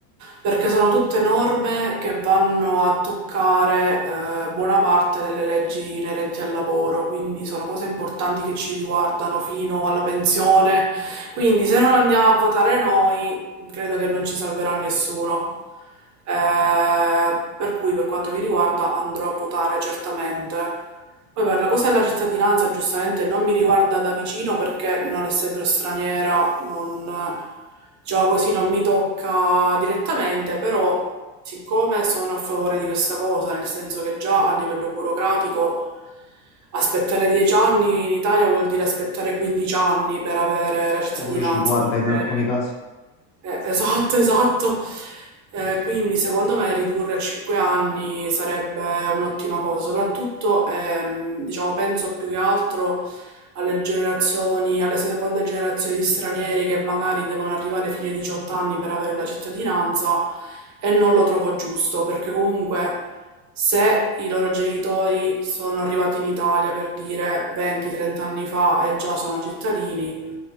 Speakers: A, on the right (about 35°); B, on the left (about 80°).
A: perché sono tutte norme che vanno a toccare eh, buona parte delle leggi inerenti al lavoro, quindi sono cose importanti che ci riguardano fino alla pensione, quindi se non andiamo a votare noi, credo che non ci salverà nessuno. Eh, per cui per quanto mi riguarda andrò a votare certamente. Poi per la cosa della cittadinanza giustamente non mi riguarda da vicino perché non essendo straniera non, diciamo così, non mi tocca direttamente, però siccome sono a favore di questa cosa, nel senso che già a livello burocratico aspettare 10 anni in Italia vuol dire aspettare 15 anni per avere la cittadinanza,
B: Ma pure 50
A: perché
B: in alcuni casi.
A: eh, esatto, esatto. Eh, quindi secondo me ridurre a 5 anni sarebbe un'ottima cosa, soprattutto ehm, diciamo, penso più che altro alle generazioni, alle seconde generazioni di stranieri che magari devono arrivare fino ai 18 anni per avere la cittadinanza e non lo trovo giusto, perché comunque se i loro genitori sono arrivati in Italia per dire 20-30 anni fa e già sono cittadini,